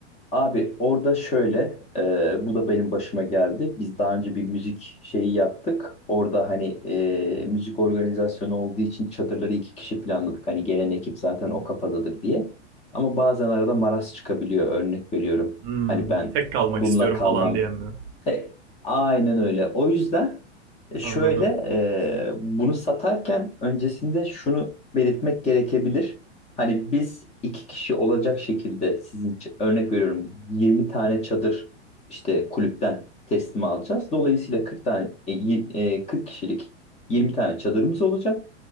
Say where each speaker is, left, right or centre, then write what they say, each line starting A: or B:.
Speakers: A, on the left; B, on the right.
A: Abi orada şöyle, e, bu da benim başıma geldi. Biz daha önce bir müzik şeyi yaptık. Orada hani e, müzik organizasyonu olduğu için çadırları iki kişi planladık. Hani gelen ekip zaten o kafadadır diye. Ama bazen arada maraz çıkabiliyor. Örnek veriyorum.
B: Hmm,
A: Hani ben
B: tek kalmak
A: bununla
B: istiyorum
A: kalmam.
B: falan diyen mi?
A: <laughs> Aynen öyle. O yüzden. E, Şöyle
B: Anladım.
A: e, bunu satarken öncesinde şunu belirtmek gerekebilir. Hani biz iki kişi olacak şekilde sizin ç- örnek veriyorum 20 tane çadır işte kulüpten teslim alacağız. Dolayısıyla 40 tane e, y- e, 40 kişilik 20 tane çadırımız olacak